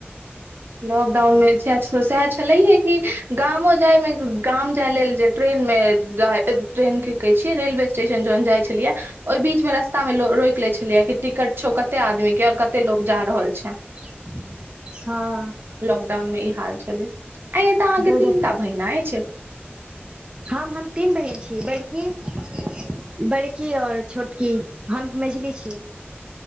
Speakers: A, on the right; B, on the right.
A: लॉक्डाउन मे सेहे सो सेहे छेलहै कि गामो जाय मे‌ ग- गाम जाय लेल जे ट्रेन मे जाय ट्रेन कि कहय छी रेलवे स्टेशन जहन जाय छलियै ओइबीच मे रस्ताह मे लो रोकि लेए छेलै कि टिकट छैउ कतै आदमी के आ कतै लोक जा रहल छै।
B: ह
A: लॉक्डाउन मे ई हाल छेलै ऐय तऽ अहा के
B: बड
A: तीन टा बहिन अइछ‌।
B: हम हम तीन बहिन छी बड़की बड़की और छोटकी हम मझिली छी।